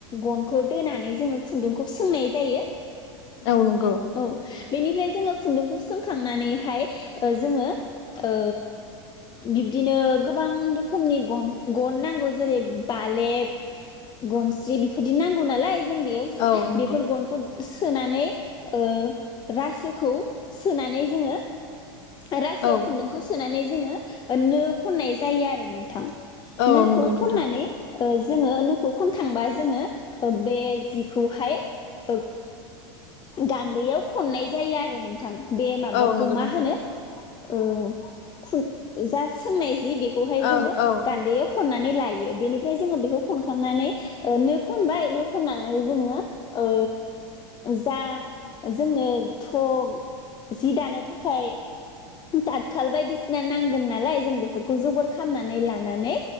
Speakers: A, on the left (about 30°); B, on the left (about 65°).
A: गनखौ दोनानै जोङो खुन्दुंखौ सोंनाय जायो
B: औ नंगौ
A: औ बेनिफ्राय जोङो खुन्दुंखौ सोंखांनानैहाय ओ जोङो ओ बिब्दिनो गोबां रोखोमनि गन गन नांगौ जेरै बालेब गनस्रि बेफोरदि नांगौ नालाय जों बेयाव
B: औ नंगौ
A: बेफोर गनखौ सोनानै ओ रासोखौ सोनानै जोङो रासोआव
B: औ
A: खुन्दुंखौ सोनानै जोङो नो खननाय जायो आरो नोंथां
B: औ
A: नोखौ
B: नंगौ नोंथां
A: खननानै ओ जोङो नोंखौ खनखांबा जोङो ओ बे जिखौहाय ओ गान्दैयाव खननाय जायो आरो नों थां बे माबाखौ
B: औ नंगौ
A: मा
B: नोंथां
A: होनो ओ खु जा सोंनाय जि बेखौहाय जोङो
B: औ औ
A: गान्दैयाव खननानै लायो बेनिफ्राय जोङो बेखौ खनखांनानै ओ नो खनबाय नो खननानै जोङो ओ जा जोंनो थक जि दानो थाखाय दाथखाल बायदिसि ना नांगोन नालाय जों बेफोरखौ जगार खालामनानै लानानै